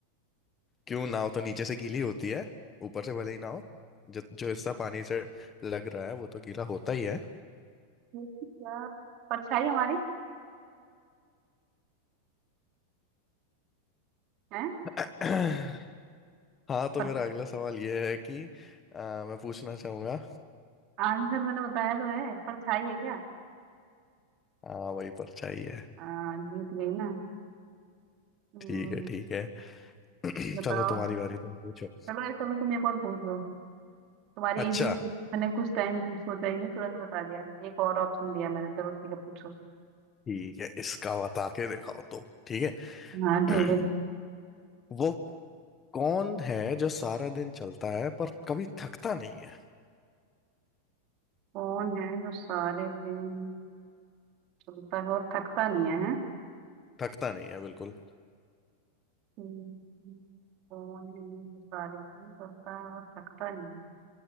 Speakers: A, on the left; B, on the right.
A: क्यों नाव तो नीचे से गीली होती है ऊपर से भले ही ना हो जो जो हिस्सा पानी से लग रहा है वो तो गीला होता ही है
B: ये क्या परछाई हमारी है
A: <clears throat> हाँ तो
B: पर
A: मेरा अगला सवाल ये है कि आ, मैं पूछना चाहूंगा
B: आंसर मैंने बताया तो है परछाई है क्या
A: हाँ वही परछाई है
B: आ, जीत गई ना हम्म,
A: ठीक है ठीक है <clears throat>
B: बताओ
A: चलो तुम्हारी बारी तुम पूछो
B: चलो ऐसा चलो तुम एक और पूछ लो तुम्हारी
A: अच्छा
B: इजी थी मैंने कुछ टाइम सोचा ही नहीं तुरंत बता दिया एक और ऑप्शन दिया मैंने चलो ठीक है पूछो
A: ठीक है इसका बता के दिखाओ तुम ठीक है
B: हाँ ठीक है ठीक।
A: <clears throat> वो कौन है जो सारा दिन चलता है पर कभी थकता नहीं है
B: कौन है जो सारे दिन चलता है और थकता नहीं है हैं?
A: थकता नहीं है बिल्कुल
B: हम्म, कौन है जो सारे दिन चलता है और थकता नहीं है